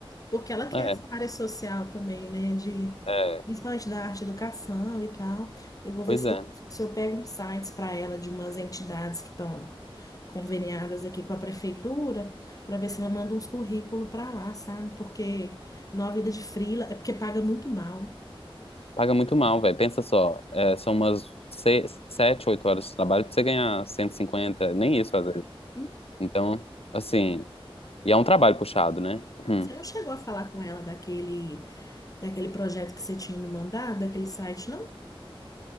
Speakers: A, on the left; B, on the left.
A: Porque ela quer
B: É,
A: essa área social também, né? De,
B: é,
A: principalmente da arte e educação e tal. Eu vou ver
B: pois
A: se
B: é.
A: eu, se eu pego uns sites para ela de umas entidades que estão conveniadas aqui com a prefeitura, para ver se ela manda uns currículos para lá, sabe? Porque numa vida de frila é porque paga muito mal.
B: Paga muito mal, velho. Pensa só, é, são umas se- sete, oito horas de trabalho pra você ganhar 150, nem isso às vezes.
A: Uhum.
B: Então, assim, e é um trabalho puxado, né? Hum.
A: Você não chegou a falar com ela daquele, daquele projeto que você tinha me mandado, daquele site, não?